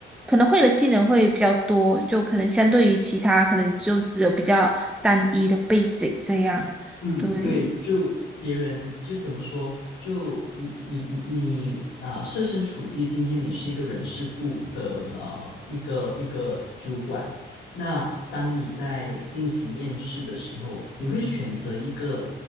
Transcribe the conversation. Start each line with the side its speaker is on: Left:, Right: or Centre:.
Centre: 可能会的技能会比较多，就可能相对于其他，可能就只有比较单一的背景这样。
Left: 嗯，
Centre: 对，
Left: 对，就别人就怎么说，就你你你啊、呃设身处地，今天你是一个人事部的呃一个一个主管，那当你在进行面试的时候，你会选择一个